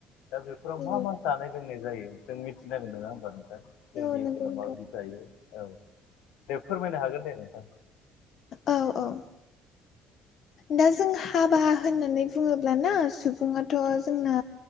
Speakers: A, on the left; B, on the left.
A: दा बेफोराव
B: औ
A: मा मा जानाय लोंनाय जायो जों मिथिनांगोन नङा होमबा नोंथां सोरनि
B: औ नंगौ
A: ओनसोलाव
B: नोंगौ
A: माबायदि जायो औ दे फोरमायनो हागोन दे नोंथां
B: औ औ दा जों हाबा होननानै बुङोब्लाना सुबुङाथ' जोंना